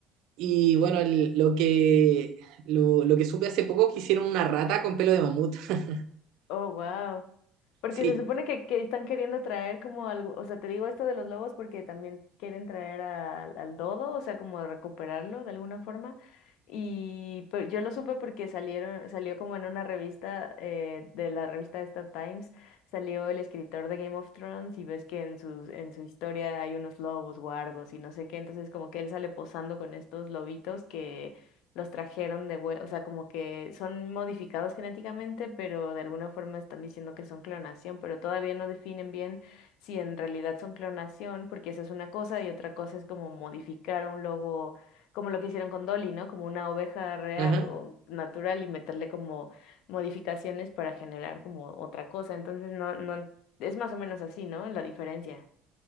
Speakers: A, on the right; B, on the left.
A: Y bueno, el- lo que, lo, lo que supe hace poco es que hicieron una rata con pelo de mamut. <laughs>
B: Oh, wow. Porque
A: Sí,
B: se supone que, que están queriendo traer como algo, o sea, te digo esto de los lobos porque también quieren traer al al dodo, o sea, como recuperarlo de alguna forma. Y pero yo lo supe porque salieron, salió como en una revista, eh, de la revista esta Times, salió el escritor de Game of Thrones y ves que en sus, en su historia hay unos lobos, guargos y no sé qué, entonces como que él sale posando con estos lobitos que los trajeron de vuelta, o sea, como que son modificados genéticamente, pero de alguna forma están diciendo que son clonación, pero todavía no definen bien si en realidad son clonación, porque esa es una cosa y otra cosa es como modificar a un lobo, como lo que hicieron con Dolly, ¿no? Como una oveja real
A: ajá,
B: o natural y meterle como modificaciones para generar como otra cosa. Entonces, no, no, es más o menos así, ¿no? La diferencia.